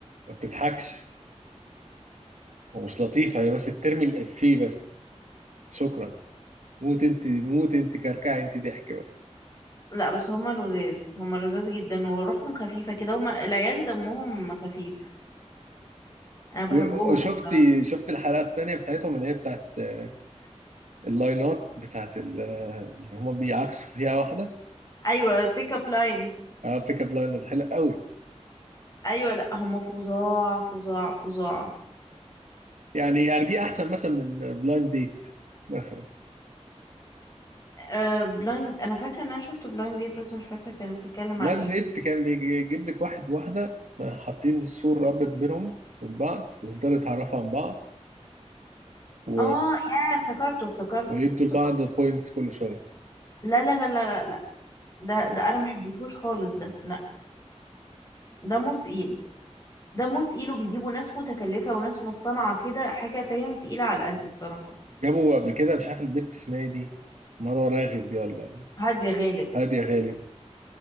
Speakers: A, on the right; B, on the left.
A: ما بتضحكش ومش لطيفه هي بس بترمي الافيه بس شكرا موت انت موت انت كركعي انت ضحك بقى
B: لا بس هما لذاذ هما لذاذ جدا وروحهم خفيفة كده هما العيال دمهم خفيف انا بحبهم
A: و- وشفتي
B: بصراحة
A: شفت الحلقه الثانيه بتاعتهم اللي هي بتاعت آه، اللاينات بتاعت ال- آه، اللي هم بيعكسوا فيها واحده
B: ايوه البيك اب لاين
A: اه بيك اب لاينات حلو قوي
B: ايوه لا هما فظاع فظاع فظاع
A: يعني يعني دي احسن مثلا من بلايند ديت مثلا
B: أه بلايند انا فاكرة ان انا شفت بلايند ديت بس مش فاكرة كانت بتتكلم
A: بلايند
B: عن ايه
A: ديت كان بيجيب لك واحد واحدة حاطين سور رابط بينهم من بعض ويفضلوا يتعرفوا عن بعض و...
B: اه يا افتكرته افتكرته
A: ويدوا
B: افتكرته
A: لبعض بوينتس كل شوية
B: لا لا لا لا لا لا ده ده انا ما حبيتهوش خالص ده لا دمه تقيل دمه تقيل وبيجيبوا ناس متكلفة وناس مصطنعة كده حاجة فاهم تقيلة على القلب الصراحة
A: جابوا قبل كده مش عارف البت اسمها ايه دي مروة راغب دي ولا
B: هادية غالب
A: هادية غالب